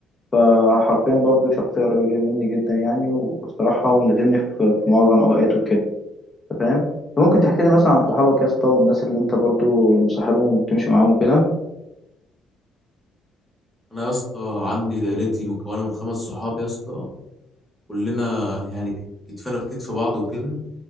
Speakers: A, on the left; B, in the centre.
A: فحرفيا برضو شخصية قريبة جدا مني جدا يعني والصراحة هو ملازمني في في معظم أوقاته كده أنت فاهم ممكن تحكي لي مثلا عن صحابك يا اسطى والناس اللي أنت برضو مصاحبهم وبتمشي معاهم وكده
B: انا يا اسطى عندي دايرتي مكونه من خمس صحاب يا اسطى كلنا يعني ك- كتفنا في كتف بعض وكده